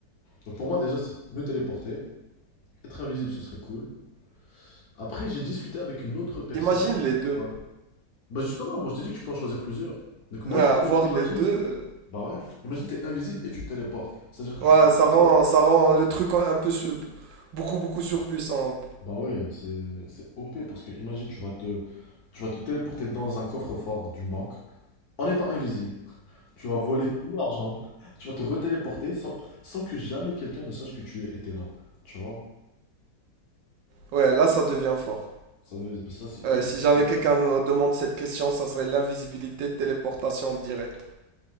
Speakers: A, on the left (about 55°); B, on the right (about 80°).
A: donc pour moi, déjà, c'est me téléporter. Être invisible, ce serait cool. Après, j'ai discuté avec une autre personne.
B: Imagine les deux.
A: Ouais. Bah justement, moi je t'ai dit que tu peux en choisir plusieurs. Donc moi,
B: Ouais,
A: je-
B: avoir
A: ima- imagine.
B: les deux, euh,
A: Bah ouais, imagine t'es invisible et tu te téléportes. C'est-à-dire que
B: Ouais,
A: tu te téléportes.
B: ça rend, ça rend le truc un peu su- beaucoup, beaucoup surpuissant.
A: Bah ouais, c'est c'est OP parce que imagine tu vas te tu vas te téléporter dans un coffre-fort d'une banque en étant invisible. Tu vas voler tout l'argent. Tu vas te retéléporter sans sans que jamais quelqu'un ne sache que tu es- étais là. Tu vois?
B: Ouais, là, ça devient fort.
A: Ça, veut- bah, ça c'est
B: Euh,
A: hyper.
B: si jamais
A: puissant.
B: quelqu'un me demande cette question, ça serait l'invisibilité, téléportation directe.